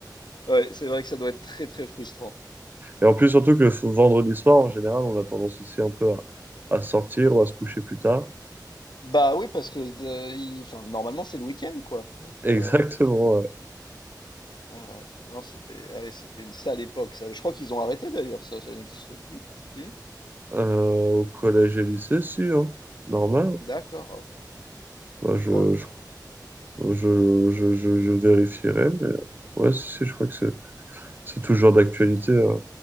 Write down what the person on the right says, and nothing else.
Et en plus surtout que le vendredi soir en général, on a tendance aussi un peu à, à sortir ou à se coucher plus tard.
<laughs> Exactement.
ouais.
Euh, au collège et lycée, si, hein, normal.
Moi, je,
je Je, je, je, je vérifierai, mais ouais, si, si, je crois que c'est c'est toujours d'actualité. euh.